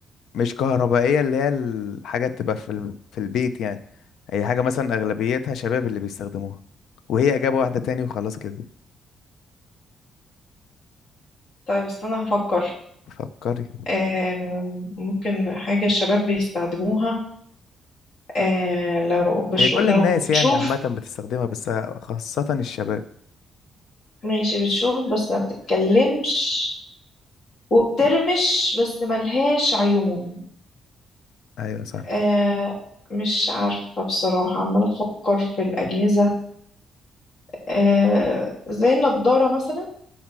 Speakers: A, on the left; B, on the left.
A: مش كهربائية اللي هي الحاجة تبقى في ال... في البيت يعني هي حاجة مثلا أغلبيتها شباب اللي بيستخدموها وهي إجابة واحدة تاني وخلاص كده
B: طيب استنى هفكر
A: فكري
B: آه ممكن حاجة الشباب بيستخدموها آه لو بشو
A: هي كل
B: لو
A: الناس
B: بتشوف
A: يعني عامة بتستخدمها بس خاصة الشباب
B: ماشي بتشوف بس ما بتتكلمش وبترمش بس ملهاش عيون
A: أيوة صح
B: آه مش عارفة بصراحة عمالة أفكر في الأجهزة آه زي النضارة مثلا